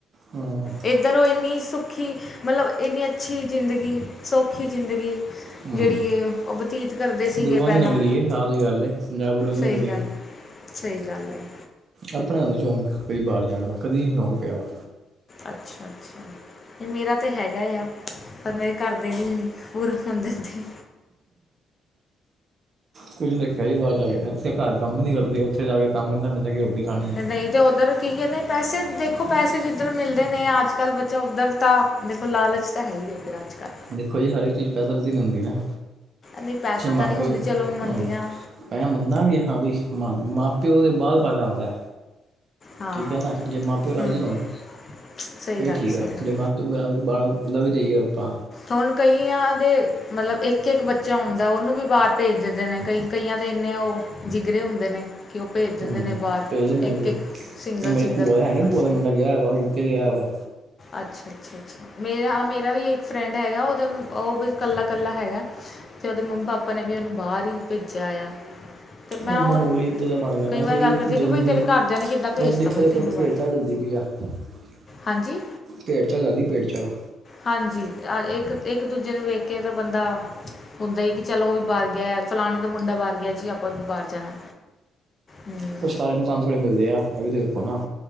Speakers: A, on the right (about 50°); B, on the left (about 40°).
A: ਹਾਂ।
B: ਇੱਧਰ ਉਹ ਇੰਨੀ ਸੁੱਖੀ ਮਤਲਬ ਇੰਨੀ ਅੱਛੀ ਜ਼ਿੰਦਗੀ, ਸੌਖੀ ਜ਼ਿੰਦਗੀ
A: ਹੂੰ
B: ਜਿਹੜੀ ਇਹ ਉਹ ਬਤੀਤ ਕਰਦੇ ਸੀਗੇ
A: ਗੁਰੂਆਂ
B: ਪਹਿਲਾਂ,
A: ਦੀ ਨਗਰੀ ਹੈ ਸਾਫ ਜੀ ਗੱਲ ਹੈ ਪੰਜਾਬ ਗੁਰੂਆਂ ਦੀ
B: ਸਹੀ
A: ਨਗਰੀ
B: ਗੱਲ। ਸਹੀ ਗੱਲ ਐ।
A: ਆਪਨਾ ਨਹੀਂ ਸ਼ੌਂਕ ਭਈ ਬਾਹਰ ਜਾਣ ਦਾ, ਕਦੀ ਨੀ ਸ਼ੌਂਕ ਪਿਆ ਵਾ।
B: ਅੱਛਾ ਅੱਛਾ। ਨਹੀਂ ਮੇਰਾ ਤੇ ਹੈਗਾ ਆ, ਪਰ ਮੇਰੇ ਘਰ ਦੇ ਨਹੀਂ ਪੂਰਾ ਹੋਣ ਦਿੰਦੇ।
A: ਕੁੱਝ ਨੀ ਰਖਿਆ ਜੀ ਬਾਹਰ ਜਾ ਕੇ, ਇਥੇ ਘਰ ਕੰਮ ਨੀ ਕਰਦੇ, ਉੱਥੇ ਜਾ ਕੇ ਕੰਮ ਕਰਨਾ ਪੈਂਦਾ। ਖਾਣੀ ਹੈ
B: ਨਹੀਂ ਤਾਂ ਉੱਧਰ ਕੀ ਕਹਿੰਦੇ ਪੈਸੇ ਦੇਖੋ ਪੈਸੇ ਜਿੱਧਰ ਮਿਲਦੇ ਨੇ, ਅੱਜ ਕੱਲ੍ਹ ਬੱਚਾ ਉੱਧਰ ਤਾਂ ਦੇਖੋ ਲਾਲਚ ਤਾਂ ਹੈ ਹੀ ਐ ਫਿਰ ਅੱਜ ਕੱਲ।
A: ਦੇਖੋ ਜੀ ਹਰ ਇੱਕ ਚੀਜ਼ ਪੈਸਾ ਵੀ ਤੇ ਨੀ ਹੁੰਦੀ ਨਾ।
B: ਨਹੀਂ ਪੈਸਾ
A: ਜੇ ਮਾਪਿਓ
B: ਤਾਂ ਨੀ ਹੁੰਦੀ ਚਲੋ ਮੰਨਦੀ
A: ਹਾਂ
B: ਆ।
A: ਮੈਂ ਮੰਨਦਾ ਆ ਕਿ ਹਾਂ ਬਈ ਮਾਂ-ਪਿਓ ਦੇ ਬਾਅਦ ਪੈਸਾ ਆਂਦਾ।
B: ਹਾਂ
A: ਠੀਕ ਐ ਨਾ, ਜੇ ਮਾਂ-ਪਿਓ ਰਾਜ਼ੀ
B: ਹਮ
A: ਹੋਣ,
B: ਸਹੀ
A: ਫਿਰ
B: ਗੱਲ
A: ਠੀਕ ਆ
B: ਸਹੀ ਗੱਲ
A: ਜੇ ਮਾਂ ਤੇ ਬ ਬਾਅਦ ਓਦਾ ਵੀ ਜਾਈਏ ਆਪਾਂ।
B: ਹੁਣ ਕਈਆਂ ਦੇ ਮਤਲਬ ਇੱਕ-ਇੱਕ ਬੱਚਾ ਹੁੰਦਾ ਉਹਨੂੰ ਵੀ ਬਾਹਰ ਭੇਜ ਦਿੰਦੇ ਨੇ, ਕਈ ਕਈਆਂ ਦੇ ਇੰਨੇ ਉ ਜਿਗਰੇ ਹੁੰਦੇ ਨੇ। ਕਿ ਉਹ ਭੇਜ ਦਿੰਦੇ
A: ਹੂੰ
B: ਨੇ ਬਾਹਰ।
A: ਭੇਜ ਦਿੰਦੇ
B: ਇੱਕ
A: ਨੇ,
B: ਇੱਕ ਸਿੰਗਲ
A: ਹੁਣ ਮੇਰੇ
B: ਸਿੰਗਲ
A: ਭੂਆ ਹੈ ਨੀ
B: ਪਰਸ
A: ਭੂਆ ਦਾ ਮੁੰਡਾ ਗਿਆ ਵਾ, ਓਹ ਯੂ ਕੇ ਗਿਆ ਵਾ।
B: ਅੱਛਾ ਅੱਛਾ ਅੱਛਾ ਮੇਰਾ ਮੇਰਾ ਵੀ ਇੱਕ ਫਰੈਂਡ ਹੈਗਾ, ਉਹਦਾ ਉਹ ਵੀ ਕੱਲਾ-ਕੱਲਾ ਹੈਗਾ। ਤੇ ਉਹਦੇ ਮੰਮੀ-ਪਾਪਾ ਨੇ ਵੀ ਉਹਨੂੰ ਬਾਹਰ ਹੀ ਭੇਜਿਆ ਆ। ਅਤੇ ਮੈਂ
A: ਉਹ ਮਾਹੌਲ ਹੀ ਇੱਦਾਂ ਦਾ ਬਣ ਗਿਆ ਨਾ
B: ਕਈ ਵਾਰ
A: ਕਿ
B: ਗੱਲ ਕਰਦੀ
A: ਜਦੋਂ
B: ਬਈ
A: ਵੀ
B: ਤੇਰੇ ਘਰਦਿਆਂ ਨੇ ਕਿੱਦਾਂ ਭੇਜਤਾ
A: ਬਸ ਦੇਖੋ
B: ਬਈ
A: ਕਿ
B: ਤੈਨੂੰ ਬਾਹਰ
A: ਭੇਡ ਚਲਦੀ ਪਈ ਆ। <unintelligible>
B: ਹਾਂਜੀ?
A: ਭੇਡ ਚਾਲ ਚੱਲਦੀ ਭੇਡ ਚਾਲ।
B: ਹਾਂਜੀ, ਇੱਕ-ਇੱਕ ਦੂਜੇ ਨੂੰ ਵੇਖ ਕੇ ਤਾਂ ਬੰਦਾ ਹੁੰਦਾ ਕਿ ਚਲੋ ਉਹ ਵੀ ਬਾਰ ਗਿਆ, ਫਲਾਣੇ ਦਾ ਮੁੰਡਾ ਬਾਰ ਗਿਆ ਜੀ ਆਪਾਂ ਬਾਹਰ ਜਾਣਾ। ਹਮ
A: ਫਿਰ ਸਾਰਿਆਂ ਨੂੰ ਚਾਸ ਥੋੜ੍ਹੇ ਮਿਲਦੇ ਆ, ਐ ਵੀ ਦੇਖੋ ਨਾ।